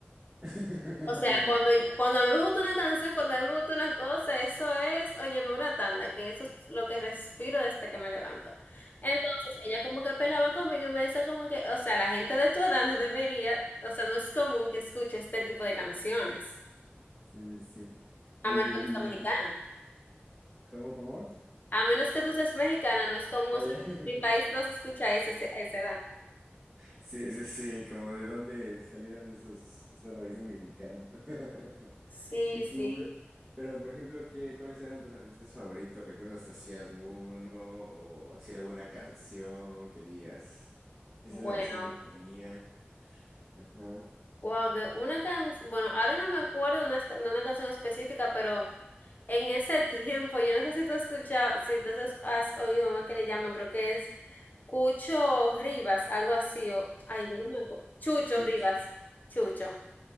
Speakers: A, in the centre; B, on the left.
A: <laughs>
B: O sea, cuando, cuando a mí me gusta una canción, cuando a mí me gusta una cosa, eso es, óyeme, una tanda, que eso es lo que respiro desde que me levanto. Entonces, ella como que pelaba conmigo y me decía como que, o sea, la gente de tu edad no debería, o sea, no es común que escuche este tipo de canciones,
A: Sí, sí, sí. Oye,
B: a menos que
A: ¿y
B: tú seas mexicana.
A: cómo, cómo?
B: A menos que tú seas mexicana, no es común,
A: Ah,
B: o
A: ya.
B: sea, en
A: <laughs>
B: mi país no se escucha a esa, a esa edad.
A: Sí, sí, sí, como de dónde salieron esos, esas raíces mexicanas. <laughs>
B: Sí,
A: Qué
B: sí.
A: cool. Pero, por ejemplo, ¿qué, cuáles eran tus artistas favoritos? ¿Recuerdas así alguno o así alguna canción que digas? Esa
B: Bueno,
A: es la que siempre ponía. Ajá.
B: wow, de una canción, bueno, ahora no me acuerdo de una, de una canción específica, pero... En ese <laughs> tiempo, yo no sé si tú has escuchado, si tú has has oído uno que le llaman, creo que es Cucho Rivas, algo así, o, ay, yo no me acuerdo, Chucho
A: Pucho.
B: Rivas, Chucho.